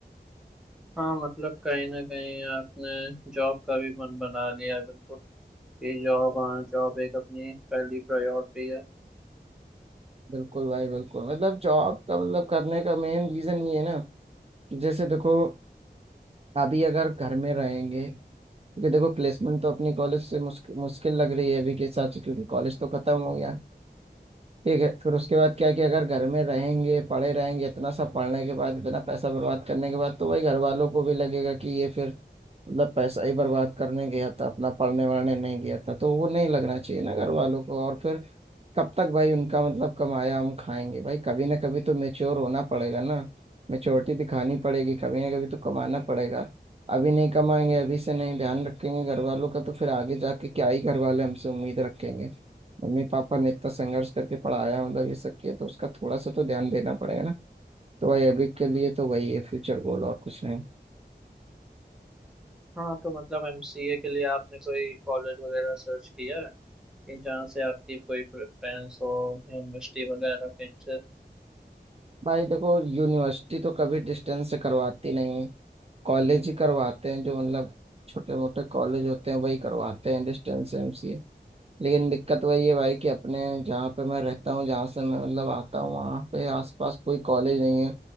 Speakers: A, in the centre; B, on the right (about 35°).
A: हाँ मतलब कहीं ना कहीं आपने जॉब का भी मन बना लिया है, बिल्कुल कि जॉब हाँ जॉब एक अपनी पहली प्रायोरिटी है
B: बिल्कुल भाई बिल्कुल मतलब जॉब का मतलब करने का मेन रीजन ये है ना कि जैसे देखो अभी अगर घर में रहेंगे क्योंकि देखो प्लेसमेंट तो अपनी कॉलेज से मुश्किल मुश्किल लग रही है अभी के हिसाब से क्योंकि कॉलेज तो खत्म हो गया ठीक है फिर उसके बाद क्या है कि अगर घर में रहेंगे पढ़े रहेंगे इतना सब पढ़ने के बाद इतना पैसा बर्बाद करने के बाद तो भाई घर वालों को भी लगेगा कि ये फिर मतलब पैसा ही बर्बाद करने गया था अपना पढ़ने वढ़ने नहीं गया था तो वो नहीं लगना चाहिए ना घर वालों को और फिर कब तक भाई उनका मतलब कमाया हम खाएंगे भाई कभी ना कभी तो मेच्योर होना पड़ेगा ना मेच्योरिटी दिखानी पड़ेगी कभी ना कभी तो कमाना पड़ेगा अभी नहीं कमाएंगे अभी से नहीं ध्यान रखेंगे घर वालों का तो फिर आगे जाके क्या ही घर वाले हमसे उम्मीद रखेंगे मम्मी पापा ने इतना संघर्ष करके पढ़ाया मतलब ये सब किया तो उसका थोड़ा सा तो ध्यान देना पड़ेगा ना तो भाई अभी के लिए तो वही है फ्यूचर गोल और कुछ नहीं
A: हाँ तो मतलब एमसीए के लिए आपने कोई कॉलेज वगैरह सर्च किया है कि जहाँ से आपकी कोई प्रेफरेंस हो यूनिवर्सिटी वगैरह के इनसे
B: भाई देखो यूनिवर्सिटी तो कभी डिस्टेंस से करवाती नहीं कॉलेज ही करवाते हैं जो मतलब छोटे मोटे कॉलेज होते हैं वही करवाते हैं डिस्टेंस एमसीए लेकिन दिक्कत वही है भाई कि अपने जहाँ पे मैं रहता हूँ जहाँ से मैं मतलब आता हूँ वहाँ पे आसपास कोई कॉलेज नहीं है